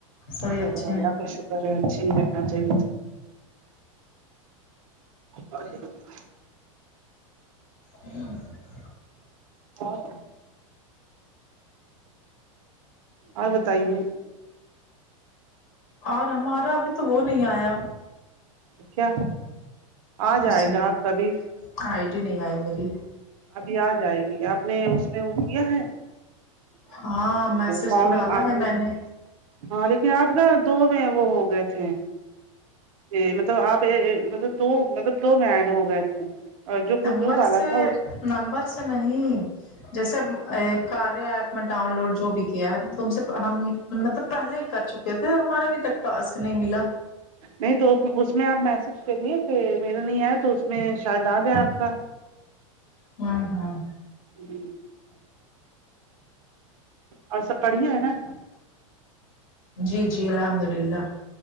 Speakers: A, on the left; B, on the right.
A: سبھی
B: چلو
A: اچھے ہیں
B: اللہ کا شکر ہے اچھی ہی رہنا چاہیے <inaudible>
A: ہوں
B: اور اور بتایے
A: اور ہمارا ابھی تو وہ نہیں آیا
B: کیا آ جائے
A: اس میں
B: گا آپ کا کبھی
A: آئی ڈی نہیں آئی میری
B: ابھی آ جائے گی آپ نے اس میں وہ کیا ہے
A: ہاں میسج
B: فارم
A: تو ڈالا
B: آپ
A: ہے میں نے
B: ہاں لیکن آپ نا دو میں وہ ہو گئے تھے جی مطلب آپ مطلب دو مطلب دو میں ایڈ ہو گئے تھے اور جو خوشبو
A: نمبر
B: والا
A: سے
B: تھا اس
A: نمبر سے نہیں جیسے کاریہ ایپ میں ڈاؤن لوڈ جو بھی کیا ہے تم سے ہم مطلب پہلے کر چکے تھے ہمارا ابھی تک ٹاسک نہیں ملا
B: نہیں تو اس میں آپ میسج کریے کہ میرا نہیں آئے تو اس میں شاید آ جائے آپ کا
A: ہاں ہاں
B: جی اور سب بڑھیا ہے نہ
A: جی جی الحمد للہ